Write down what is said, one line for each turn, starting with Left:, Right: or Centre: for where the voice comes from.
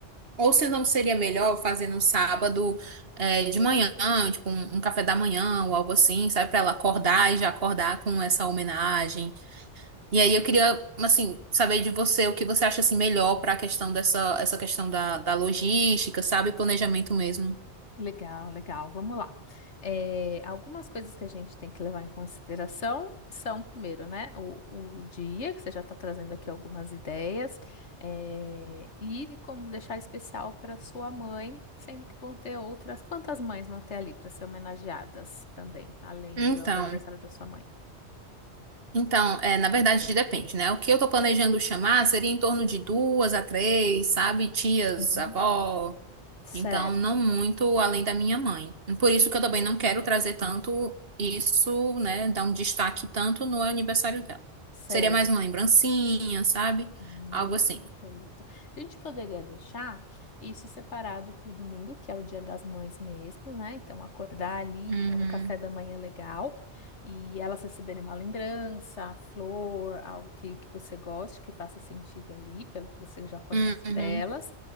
Right: ou se não seria melhor fazer no sábado, é, de manhã, tipo um, um café da manhã ou algo assim, sabe, pra ela acordar e já acordar com essa homenagem. E aí eu queria, assim, saber de você o que você acha assim melhor para a questão dessa essa questão da, da logística, sabe, planejamento mesmo.
Left: Legal, legal. Vamos lá. É, algumas coisas que a gente tem que levar em consideração são, primeiro, né, o, o dia, que você já está trazendo aqui algumas ideias, é, e como deixar especial para sua mãe, sendo que vão ter outras. Quantas mães vão ter ali para ser homenageadas também, além
Right: Então,
Left: do, do aniversário da sua mãe?
Right: então, é, na verdade depende, né? O que eu tô planejando chamar seria em torno de duas a três, sabe, tias,
Left: Uhum.
Right: avó.
Left: Certo.
Right: Então, não muito além da minha mãe. Por isso
Left: Uhum.
Right: que eu também não quero trazer tanto isso, né, dar um destaque tanto no aniversário dela.
Left: Certo.
Right: Seria mais uma lembrancinha, sabe?
Left: Uhum,
Right: Algo assim.
Left: perfeito. A gente poderia deixar isso separado para o domingo, que é o Dia das Mães mesmo, né? Então, acordar ali,
Right: Uhum.
Left: ter um café da manhã legal e elas receberem uma lembrança, flor, algo que, que você goste, que faça sentido ali, pelo que você já conhece
Right: Uhum.
Left: delas,